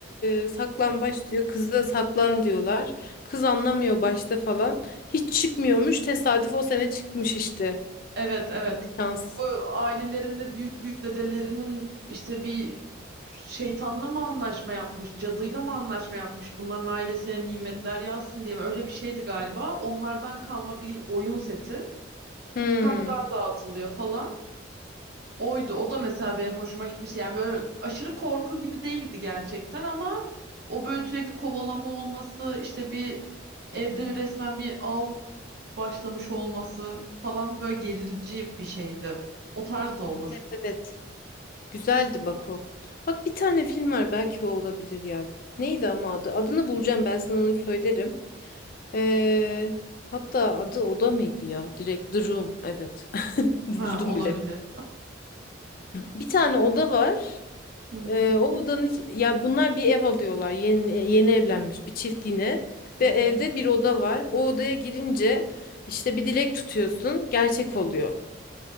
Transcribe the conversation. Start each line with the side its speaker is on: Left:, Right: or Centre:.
Left: e, saklambaç diyor. Kıza saklan diyorlar. Kız anlamıyor başta falan. Hiç çıkmıyormuş. Tesadüf o sene çıkmış işte.
Right: Evet evet.
Left: Ne şans.
Right: Bu ailelerinde büyük büyük dedelerinin işte bir şeytanla mı anlaşma yapmış, cadıyla mı anlaşma yapmış, bunların ailesine nimetler yazsın diye mi? Öyle bir şeydi galiba. Onlardan kalma bir oyun seti.
Left: Hmm.
Right: kartlar dağıtılıyor falan. Oydu. O da mesela benim hoşuma gitmiş. Yani böyle aşırı korku gibi değildi gerçekten ama o böyle sürekli kovalama olması, işte bir evde resmen bir av başlamış olması falan böyle gerici bir şeydi. O tarz da olur.
Left: Evet. Güzeldi bak o. Bak bir tane film var belki o olabilir ya. Neydi ama adı? Adını bulacağım ben sana onu söylerim. Ee, hatta adı oda mıydı ya? Direkt The Room. Evet. <laughs> Buldum
Right: Ha, olabilir.
Left: bile. Bir tane oda var.
Right: Hı hı.
Left: Ee, o odanın iç- ya bunlar bir ev alıyorlar. Yeni yeni evlenmiş bir çift yine
Right: Hı
Left: ve
Right: hı.
Left: evde bir oda var. O odaya girince işte bir dilek tutuyorsun, gerçek oluyor.